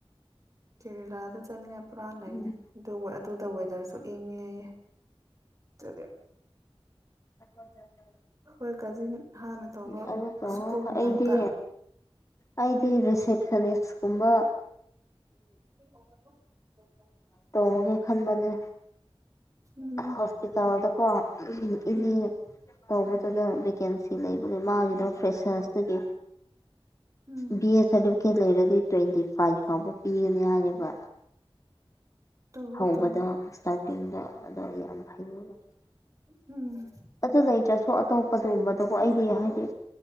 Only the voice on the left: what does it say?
ꯎꯝ
<unintelligible>
ꯑꯩꯅ ꯇꯧꯔ‌ꯣ
ꯑꯩꯗꯤ ꯑꯩꯗꯤ
ꯔꯤꯁꯦꯞꯁꯅꯤꯁ ꯀꯨꯝꯕ
ꯇꯧꯔꯒ‌ꯦ ꯈꯟꯕꯅꯦ
ꯍꯁꯄꯤꯇꯥꯜꯗ ꯀꯣ ꯏꯅꯦ
ꯇꯧꯕꯗꯨꯗ ꯚꯦꯀꯦꯟꯁꯤ ꯂꯩꯕꯒꯤ ꯃꯥꯒꯤꯗꯣ ꯐ꯭ꯔꯦꯁꯔꯁ ꯇꯒꯤ
ꯕꯤ ꯑꯦꯁ ꯁꯥꯔꯇꯤꯐꯤꯀꯦꯠ ꯂꯩꯔꯗꯤ ꯇ꯭ꯋꯦꯟꯇꯤ ꯐꯥꯏꯚ ꯐꯥꯎꯕ ꯄꯤꯒꯅꯤ ꯍꯥꯏꯌꯦꯕ
ꯍꯧꯕꯗꯣ
ꯏꯁꯇꯥꯔꯇꯤꯡꯗꯣ ꯑꯗꯣ ꯌꯥꯝ ꯍꯩꯩꯅꯕ
ꯑꯗꯨ ꯂꯩꯇ꯭ꯔꯁꯨ ꯑꯇꯣꯞꯄꯗꯨꯒꯨꯝꯕꯗꯨꯕꯨ ꯑꯩꯗꯤ ꯍꯥꯏꯗꯤ